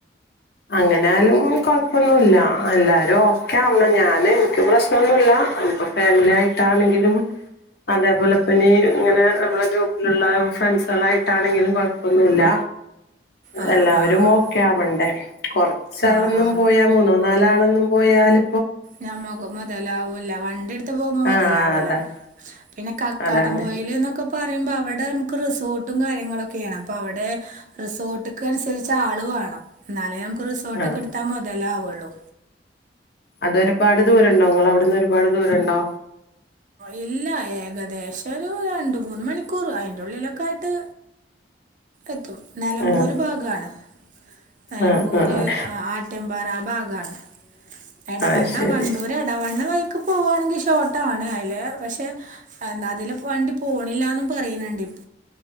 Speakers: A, on the left (about 55°); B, on the right (about 45°).
A: അങ്ങനൊലും കൊഴപ്പൊന്നുല്ല എല്ലാരും ഓക്കെ ആവണം. ഞൻ എനിക്ക് പ്രശ്ന ഒന്നുല്ല അനിപ്പോ ഫാമിലി ആയിട്ടാണെങ്കിലും. അതേപോലെ പ്പനി ഇങ്ങനെ നമ്മെ ഗ്രൂപ്പിലുള്ള ഫ്രണ്ട്സുകളായിട്ടാണെങ്കിലും കുഴപ്പൊന്നുല്ല.
B: ആ
A: എല്ലാവരും
B: ആ
A: ഓക്കെ ആവണ്ടേ കൊറച്ചാളൊന്നും
B: ആഹ് ആഹ്
A: പോയാ മൂന്നോ നാലാളൊന്നും പോയാല്
B: ഞമ്മക്ക് മുതലാവൂല വണ്ടി എടുത്ത് പോകുമ്പോ മുതലാവൂല.
A: ആഹ് അതാ
B: പിന്നെ കക്കാടം
A: അതാണ്
B: പൂഴയിൽന്നൊക്കെ പറയുമ്പോ അവിടെ നമുക്ക് റിസോർട്ടും കാര്യങ്ങളൊക്കെയാണ്. അപ്പൊ അവിടെ റിസോർട്ടക്ക് അനുസരിച്ച് ആള് വേണം. എന്നാലേ നമുക്ക് റിസോർട്ട്
A: ആഹ്
B: ഒക്കെ എടുത്താ മുതലാവുള്ളൂ.
A: അത് ഒരുപാട് ദൂരം ഉണ്ടോ നിങ്ങളെ അവിടുന്ന് ഒരുപാട് ദൂരണ്ടോ?
B: ഇല്ല ഏകദേശം ഒരു രണ്ടുമൂന്ന് മണിക്കൂർ അയിന്റെ ഉള്ളിലൊക്കെ ആയിട്ട് എത്തും. നിലമ്പൂര്
A: ആഹ്
B: ഭാഗമാണ്. നലമ്പൂര്
A: ആഹ് ആഹ് ആഹ്
B: മ്പാറ ആ ഭാഗാണ്. എടവണ്ണ
A: ആഹ് ശരി
B: വണ്ടൂ എടവണ്ണ വഴിക്ക് പോവുവാണെങ്കിൽ. ഷോട്ടണ് അതില് പക്ഷെ എന്താ അതില് വണ്ടി പോണില്ലന്നും പറയുന്നുണ്ട്.